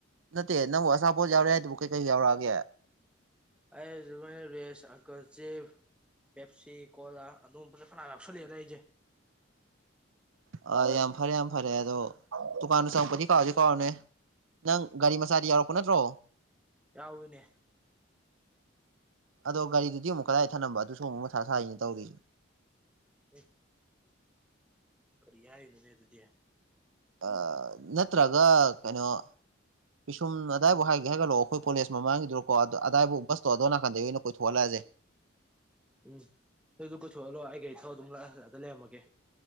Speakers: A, on the right; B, in the centre.
A: ꯅꯠꯇꯦ ꯅꯪꯕꯨ ꯑꯆꯥꯄꯣꯠ ꯌꯥꯎꯔꯛꯑ ꯍꯥꯏꯗꯨꯕꯨ ꯀꯩꯀꯩ ꯌꯥꯎꯔꯛꯑꯒꯦ
B: ꯑꯩꯩꯖꯨꯃꯏꯅ ꯔꯦꯁ ꯑꯪꯀꯜ ꯆꯤꯞ ꯄꯦꯞꯁꯤ ꯀꯣꯂꯥ ꯑꯗꯨꯒꯨꯝꯕꯖꯦ ꯐꯅꯥꯝ ꯌꯥꯎꯁꯜꯂꯑꯦꯗ ꯑꯩꯖꯦ
A: <inaudible> ꯑ ꯌꯥꯝ ꯐꯔꯦ ꯌꯥꯝ ꯐꯔꯦ ꯑꯗꯣ ꯇꯨꯀꯥꯟꯗꯨ ꯆꯪꯉꯛꯄꯗꯤ ꯀꯥꯎꯔꯗꯤ ꯀꯥꯎꯔꯅꯨꯍꯦ ꯅꯪ ꯒꯥꯔꯤ ꯃꯆꯥꯗꯤ ꯌꯥꯎꯔꯛꯄ ꯅꯠꯇ꯭ꯔꯣ
B: ꯌꯥꯎꯋꯤꯅꯦ
A: ꯑꯗꯣ ꯒꯥꯔꯤꯗꯨꯗꯤ ꯑꯃꯨꯛ ꯀꯗꯥꯏ ꯊꯅꯝꯕ ꯑꯗꯨꯁꯨ ꯑꯃꯨꯛ ꯃꯊꯥ ꯁꯥꯥꯏꯔꯤꯅꯤ ꯇꯧꯔꯤꯖꯤ
B: ꯎꯝ ꯀꯔꯤ ꯍꯥꯏꯔꯤꯅꯣꯅꯦ ꯑꯗꯨꯗꯤ
A: ꯑ ꯅꯠꯇ꯭ꯔꯒ ꯀꯩꯅꯣ ꯄꯤꯁꯨꯝ ꯑꯗꯥꯏꯕꯥꯥꯎ ꯍꯥꯏꯒꯦ ꯍꯥꯏꯒꯠꯂꯛꯑꯣ ꯑꯩꯈꯣꯏ ꯀꯣꯂꯦꯖ ꯃꯃꯥꯡꯒꯤ ꯗꯣꯀꯣ ꯑꯗ ꯑꯗꯥꯏꯕꯣꯛ ꯕꯁꯇꯣ ꯑꯗꯣ ꯅꯥꯀꯟꯗꯩꯒꯤ ꯑꯣꯏꯅ ꯀꯣꯏꯊꯣꯛꯍꯜꯂꯛꯑꯖꯦ
B: ꯎꯝ ꯗꯨꯁꯨ ꯀꯣꯏꯊꯣꯛꯍꯜꯂꯣ ꯑꯩ ꯒꯥꯔꯤ ꯊꯧꯔ ꯑꯗꯨꯝ ꯂꯥꯛꯑꯒ ꯂꯩꯔꯝꯃꯒꯦ